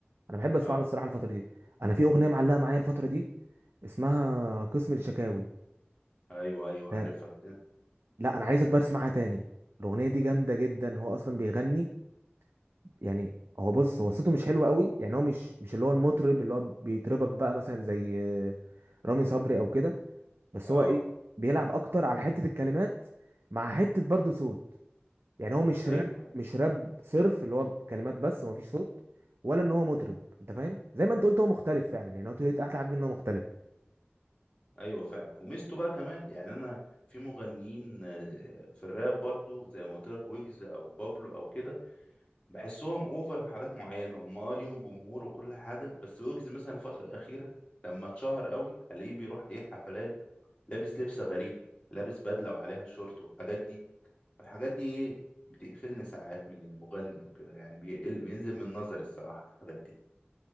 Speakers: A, on the right; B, on the left.
A: انا بحب اسمع
B: اه
A: له الصراحه الفتره دي انا في اغنيه معلقه معايا الفتره دي اسمها قسم الشكاوي
B: ايوه ايوه
A: ف-
B: عارفها بتاع
A: لا انا عايزك بقى تسمعها تاني الاغنيه دي جامده جدا هو اصلا بيغني يعني هو بص هو صوته مش حلو قوي يعني هو مش مش اللي هو المطرب اللي هو بيطربك بقى مثلا زي آه، رامي صبري او كده بس
B: اه
A: هو ايه بيلعب اكتر على حته الكلمات مع حته برضو صوت يعني هو مش
B: ايوه
A: راب
B: ايوه
A: مش راب صرف اللي هو كلمات بس ومفيش صوت ولا ان هو مطرب انت فاهم زي ما انت قلت هو مختلف فعلا يعني هو طريقة احلى حاجه ان هو مختلف
B: ايوه فعلا وميزته بقى كمان يعني انا في مغنيين آه، في الراب برضو زي ما قلت لك ويجز او بابلو او كده بحسهم اوفر في حاجات معينه هم اه ليهم جمهور وكل حاجه بس ويجز مثلا الفتره الاخيره لما اتشهر قوي الاقيه بيروح ايه حفلات لابس لبس غريب لابس بدله وعليها شورت والحاجات دي الحاجات دي ايه بتقفلني ساعات من المغني او كده يعني بيقل بينزل من نظري الصراحه في الحاجات دي